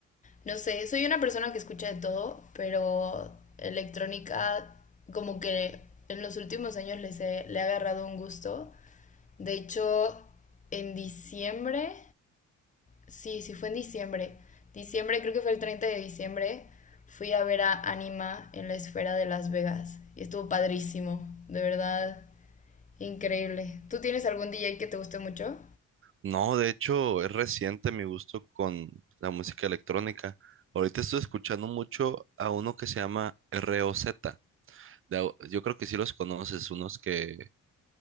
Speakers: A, on the left; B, on the right.
A: no sé, soy una persona que escucha de todo, pero electrónica como que en los últimos años les he- le he agarrado un gusto. De hecho, en diciembre... Sí, sí, fue en diciembre. Diciembre, creo que fue el 30 de diciembre. Fui a ver a Anima en la esfera de Las Vegas. Y estuvo padrísimo, de verdad, increíble. ¿Tú tienes algún DJ que te guste mucho?
B: No, de hecho, es reciente mi gusto con la música electrónica. Ahorita estoy escuchando mucho a uno que se llama ROZ. De au- yo creo que sí los conoces, unos que